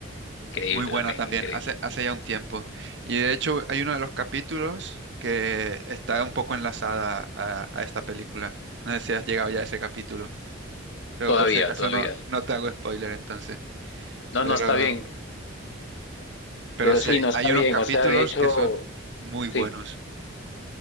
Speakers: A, on the left (about 65°); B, on the right (about 60°).
A: Increíble
B: Muy buena
A: también,
B: también,
A: increíble.
B: hace, hace ya un tiempo. Y de hecho hay uno de los capítulos que está un poco enlazada a, a esta película. No sé si has llegado ya a ese capítulo. Pero
A: Todavía,
B: por si acaso
A: todavía.
B: no, no te hago spoiler entonces.
A: No,
B: Pero,
A: no está bien,
B: pero
A: pero
B: sí,
A: sí,
B: hay,
A: no está
B: hay unos
A: bien.
B: capítulos
A: O sea, de hecho,
B: que son muy
A: sí.
B: buenos.